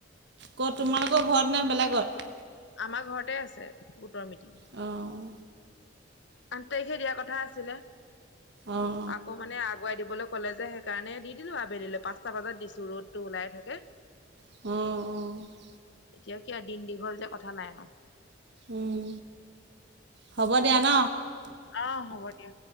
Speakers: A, on the right; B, on the left.
A: ক'ত তোমালোকৰ ঘৰত নে বেলেগত
B: আমাৰ ঘৰতে আছে গোটৰ মিটিং।
A: অ'।
B: আঠ তাৰিখে দিয়া কথা আছিলে।
A: অঁ
B: আকৌ মানে আগুৱাই দিবলৈ ক'লে যে সেইকাৰণে দি দিলো আবেলিলৈ পাঁচটা বজাত দিছো ৰ'দ ওলাই থাকে।
A: উম, উম।
B: এতিয়া কিয় দিন দীঘল যে কথা নাই আৰু।
A: উম, হ'ব দিয়া ন?
B: অ', হ'ব দিয়া।